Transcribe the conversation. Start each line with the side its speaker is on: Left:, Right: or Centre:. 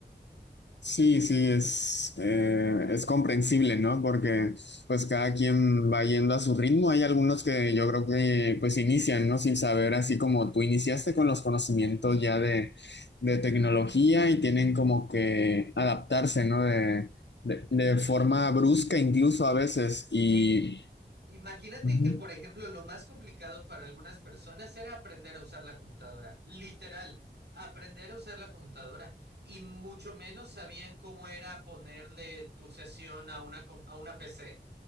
Left: Sí, sí, es, eh, es comprensible, ¿no? Porque pues cada quien va yendo a su ritmo. Hay algunos que yo creo que pues inician, ¿no? Sin saber, así como tú iniciaste con los conocimientos ya de, de tecnología y tienen como que adaptarse, ¿no? De, de, de forma brusca incluso a veces. Y...
Right: Sí. Imagínate
Left: Ujú,
Right: que, por ejemplo, lo más complicado para algunas personas era aprender a usar la computadora. Literal, aprender a usar la computadora. Y mucho menos sabían cómo era ponerle tu sesión a una, com- a una PC.